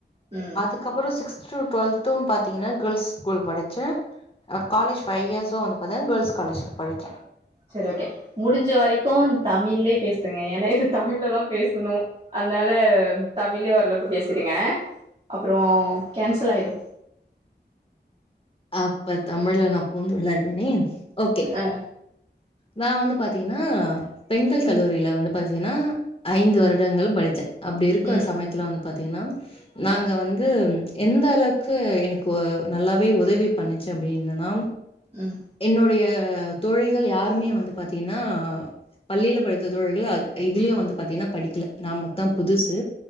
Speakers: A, on the right; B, on the left.
A: ம்
B: அதுக்கப்ற சிக்ஸ் சிக்ஸ் டு ட்வெல்த்து பாத்தீங்கன்னா கேள்ஸ் ஸ்கூல் படிச்ச காலேஜ் ஹ ஃபைவ் இயர்ஸ் வந்து பாத்த க்ர்ள்ஸ் காலேஜ் படிச்ச
A: சரி ஓகே முடிஞ்ச வரைக்கு தமிழ்லே பேசுங்க ஏனா இது தமிழ்ல தா பேசணு அதனால தமிலே வ எவ்ளோக்கு பேசடுங்க அப்றோ கேன்சல் ஆயிடு
B: அப்ப தமிழ் நா பூந்து விளையாடுவனே ஓகே
A: ஆ
B: நா வந்து பாத்தீங்கன்னா பெண்கள் கல்லூரியில
A: ம்
B: வந்து பா த்தினா ஐந்து
A: ம்
B: வருடங்கள் படிச்சே அப்டி இருக்கு
A: ம்
B: சமயத்துல வந்து பாத்திங்னா நாங்க
A: ஆ
B: வந்து எந்த அளவுக்கு எனக்கு வோ நல்லாவே உதவி பண்ணிச்சு அப்டின்னனா
A: ம்
B: என்னுடைய அ தோழிகள் யாருமே வந்து பாத்தீங்னா பள்ளியில படித்த தோழிகள் அ இதுலய வந்து பாத்தீங்கனா படிக்கல நாமத் தா புதுசு